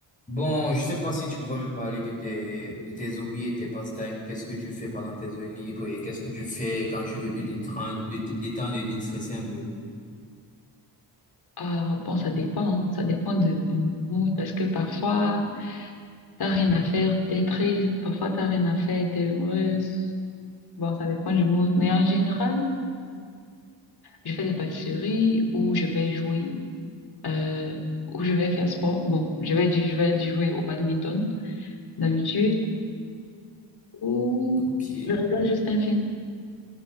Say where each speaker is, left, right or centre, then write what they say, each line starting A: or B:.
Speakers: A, on the left (about 15°); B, on the left (about 55°).
A: Bon, je sais pas si tu pouvais me parler de tes, de tes hobbies et tes pastimes. Qu'est-ce que tu fais pendant tes heures libres et qu'est-ce que tu fais quand tu veux te détendre, te te détendre et déstresser un peu?
B: Ah, bon, ça dépend, hein. Ça dépend de mon mood parce que parfois, t'as rien à faire, t'es triste, parfois t'as rien à faire, t'es heureuse. Bon, ça dépend du mood, mais en général, je fais des pâtisseries ou je vais jouer, euh, ou je vais faire sport. Bon, je vais, dire- je vais jouer au badminton d'habitude ou
A: Ok.
B: je regarde juste un film.